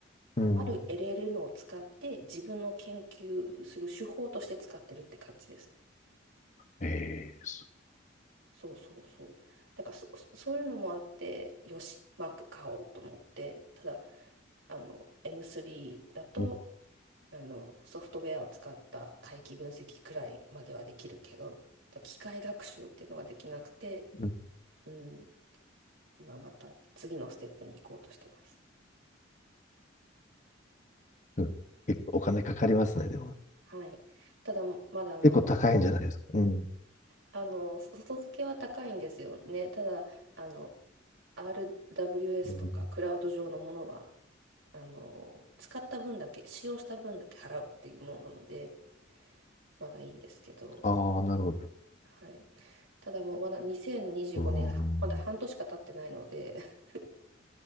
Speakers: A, on the left (about 40°); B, on the right (about 80°).
A: うん、
B: ある LLM を使って自分の研究する手法として使ってるって感じですね。
A: ええ、そ
B: そうそうそう。だからそ、そういうのもあってよしマーク買おうと思ってただあの M3 だと
A: う、う
B: あのソフトウェアを使った回帰分析くらいまではできるけど機械学習っていうのができなくて、
A: ん、
B: うん、今また次のステップに行こうとしてます。
A: うん結構お金かかりますね、でも。
B: はい、ただまだあの、
A: 結構高いんじゃないですかうん、
B: あの外付けは高いんですよね。ただあの RWS
A: うん、
B: とかクラウド上のものはあの使った分だけ使用した分だけ払うっていうものなのでまだいいんですけど。
A: ああ、なるほど。
B: はい。ただもうまだ2025年、
A: うん、
B: はまだ半年しか経ってないので、<laughs>